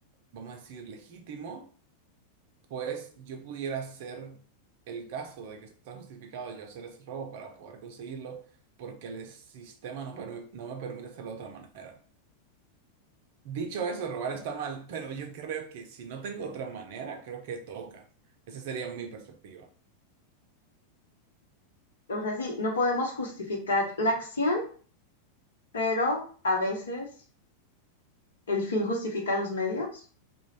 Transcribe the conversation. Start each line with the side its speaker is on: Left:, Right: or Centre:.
Right: vamos a decir legítimo, pues yo pudiera hacer el caso de que está justificado yo hacer ese robo para poder conseguirlo, porque el sistema no, permi- no me permite hacerlo de otra manera. Dicho eso, robar está mal, pero yo creo que si no tengo otra manera, creo que toca. Esa sería mi perspectiva.
Left: O sea, sí, no podemos justificar la acción, pero a veces el fin justifica los medios.